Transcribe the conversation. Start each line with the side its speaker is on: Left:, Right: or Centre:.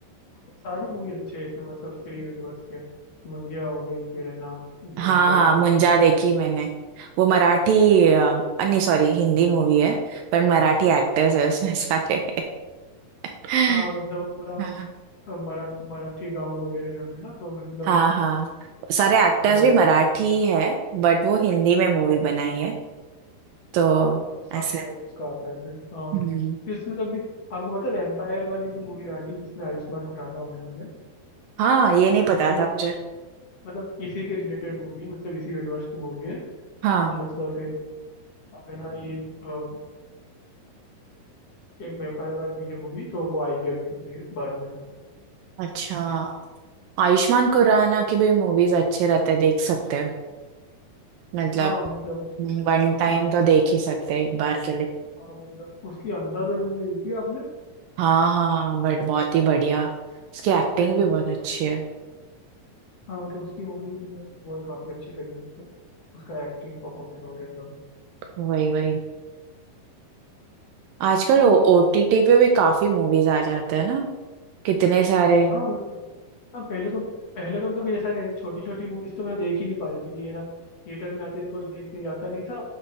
Left: मतलब सारी मूवी अच्छी है इसमें मतलब स्त्री यूनिवर्स के मुंजिया हो गई फिर है ना भेड़िया
Right: हाँ हाँ
Left: हो गया
Right: मुंजा देखी मैंने वो मराठी अ, नहीं सॉरी हिंदी मूवी है पर मराठी एक्टर्स है उसमें सारे <laughs>
Left: हाँ मतलब वो पूरा
Right: हाँ
Left: अ, मरा, मराठी गाँव वगैरह सब है ना तो मतलब
Right: हाँ हाँ सारे एक्टर्स
Left: उसका वाइब
Right: भी मराठी
Left: आता है
Right: ही है बट वो हिंदी में मूवी बनाई है तो
Left: हाँ वो साथ
Right: ऐसे
Left: फाइव उसका आता है फिर हाँ
Right: हम्म
Left: फिर इसमें तो अभी आपको पता है वेम्पायर वाली भी मूवी आ रही है जिसमें आयुष्मान खुराना होने वाला है
Right: हाँ ये नहीं
Left: मतलब
Right: पता
Left: इसी
Right: था मुझे
Left: मतलब इसी के रिलेटेड मूवी है मतलब इसी यूनिवर्स की मूवी है
Right: हाँ
Left: तो मतलब फिर अब है ना ये अ, एक वेम्पायर वाली है मूवी तो वो आएगी अभी ये बाद में
Right: अच्छा आयुष्मान खुराना की भी मूवीज अच्छे रहते हैं, देख सकते हैं मतलब
Left: हाँ मतलब उसके
Right: वन
Left: हाँ उसके
Right: टाइम
Left: साथ
Right: तो देख ही सकते हैं एक बार के लिए
Left: हाँ मतलब उसकी अंधाधुन मूवी देखी है आपने
Right: हाँ हाँ बट बहुत ही बढ़िया उसकी एक्टिंग
Left: तो ट्रेलर
Right: भी
Left: बहुत
Right: बहुत अच्छी
Left: मस्त
Right: है
Left: हाँ मतलब उसकी मूवी में मेरे को बहुत काफी अच्छी लगी मतलब उसका एक्टिंग परफॉर्मेंस वगैरह सब
Right: वही वही आजकल
Left: मतलब
Right: ओटीटी पे भी काफी मूवीज आ जाते हैं ना कितने सारे
Left: हाँ मतलब हाँ पहले तो पहले तो मतलब ऐसा है छोटी छोटी मूवीज तो मतलब देख ही नहीं पाते थे कि ये ना थिएटर में आती है तो कोई देखने जाता नहीं था